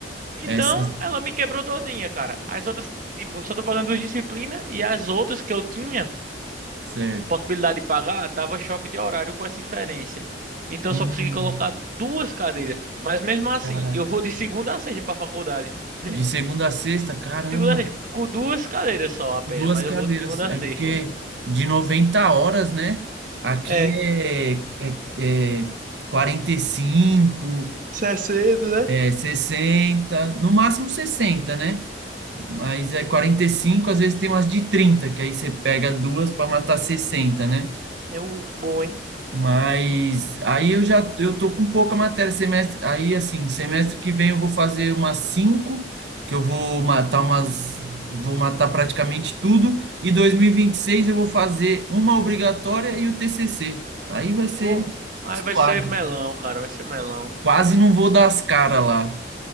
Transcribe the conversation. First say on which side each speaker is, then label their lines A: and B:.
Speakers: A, on the right; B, on the right.
A: Então,
B: Essas,
A: ela me quebrou todinha, cara. As outras, tipo, eu só tô pagando duas disciplinas e as outras que eu tinha
B: certo.
A: possibilidade de pagar, dava choque de horário com essa inferência. Então
B: Hum,
A: eu só consegui colocar duas cadeiras. Mas mesmo assim,
B: caraca.
A: eu vou de segunda a sexta para a faculdade. <laughs>
B: De segunda a sexta, caramba.
A: Segunda a sexta, com duas cadeiras só apenas,
B: Duas
A: mas
B: cadeiras.
A: eu vou de segunda
B: É
A: a sexta.
B: porque de 90 horas, né? Aqui
A: É,
B: é, é, é quarenta e cinco
A: isso é cedo, né?
B: é sessenta no máximo sessenta né? Mas é quarenta e cinco às vezes tem umas de 30 que aí você pega duas para matar sessenta né?
A: É o bom, hein?
B: Mas aí eu já eu tô com pouca matéria semestre, aí assim, semestre que vem eu vou fazer umas cinco, que eu vou matar umas vou matar praticamente tudo e 2026 eu vou fazer uma obrigatória e o TCC. Aí vai ser
A: Oh, aí
B: suave.
A: vai ser melão, cara, vai ser melão.
B: Quase não vou dar as caras lá.